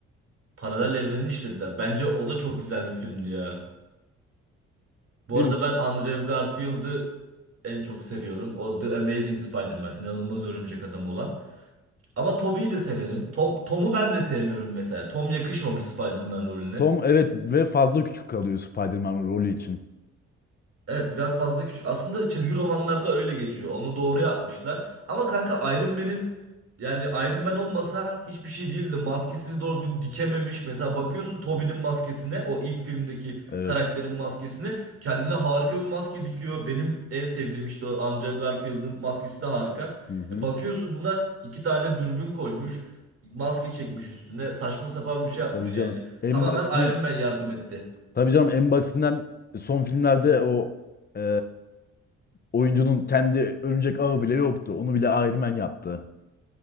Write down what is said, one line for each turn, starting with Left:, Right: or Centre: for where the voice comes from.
Right: Paralel evreni işlediler. Bence o da çok güzel bir filmdi ya. Bu
Left: Benim
Right: arada
Left: için.
Right: ben Andrew Garfield'ı en çok seviyorum. O The Amazing Spider-Man. inanılmaz örümcek adam olan. Ama Tobey'i de severim. Tom, Tom'u ben de sevmiyorum mesela. Tom yakışmamış Spider-Man rolüne.
Left: Tom evet ve fazla küçük kalıyor Spider-Man rolü için.
Right: Evet biraz fazla küçük. Aslında çizgi romanlarda öyle geçiyor. Onu doğru yapmışlar. Ama kanka Iron Man'in yani Iron Man olmasa hiçbir şey değildi. Maskesini doğru düzgün dikememiş. Mesela bakıyorsun Tobey'nin maskesine, o ilk filmdeki
Left: Evet.
Right: karakterin maskesine kendine harika bir maske dikiyor. Benim en sevdiğim işte o Andrew Garfield'ın maskesi de harika.
Left: Hı hı.
Right: E, bakıyorsun buna iki tane dürbün koymuş. Maske çekmiş üstüne. Saçma sapan bir şey yapmış
Left: Tabii canım.
Right: yani.
Left: En
Right: Tamamen
Left: basitinden,
Right: Iron Man yardım etti.
Left: tabii canım en basitinden son filmlerde o e, oyuncunun kendi örümcek ağı bile yoktu. Onu bile Iron Man yaptı.